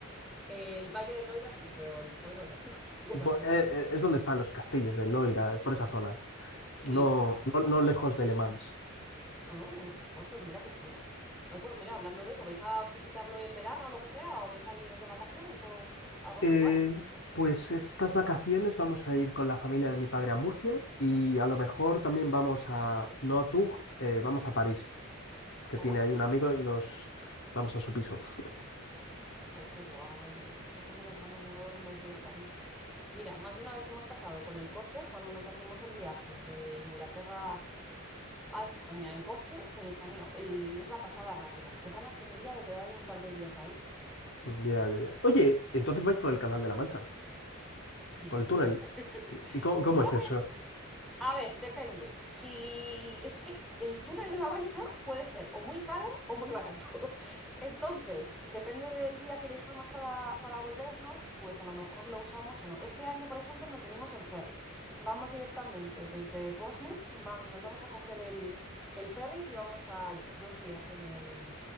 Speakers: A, in the centre; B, on the left.
A: El Valle del Loira sí, pero el pueblo no. <laughs> O
B: Bo-
A: la ciudad.
B: eh, eh, es donde están los castillos de Loira, es por esa zona,
A: Sí.
B: no,
A: Ah,
B: no, no
A: vale.
B: lejos de Le Mans.
A: Oh, ay, pues mira qué chulo. Ay, pues mira, hablando de eso, ¿vais a visitarlo en verano o lo que sea? ¿O vais a iros de vacaciones o algo
B: Eh,
A: así guay?
B: pues estas vacaciones vamos a ir con la familia de mi padre a Murcia y a lo mejor también vamos a, no a Tug, eh, vamos a París. que
A: ¡Ay!
B: tiene ahí un amigo y nos vamos a su piso. <laughs>
A: ¡Jo, qué guay! Yo tengo unas ganas enormes de ir a París. Mira, más de una vez hemos pasado con el coche cuando nos hacemos el viaje de Inglaterra. a España en coche, pero hijo mío, el- es la pasada rápida. ¿Qué ganas tendría de quedar un par de días ahí?
B: Ya, ya, ya. Oye, entonces vais por el Canal de la Mancha,
A: Sí.
B: por el túnel.
A: <laughs>
B: ¿Y y cómo, cómo es eso?
A: A ver, depende. Si es que el túnel de la Mancha puede ser o muy caro o muy barato. <laughs> Entonces, depende del día que elijamos para, para volvernos, pues a lo mejor lo usamos o no. Este año, por ejemplo, nos venimos en ferry. Vamos directamente desde Portsmouth, va- nos vamos a coger el, el ferry y vamos a ir dos días en el,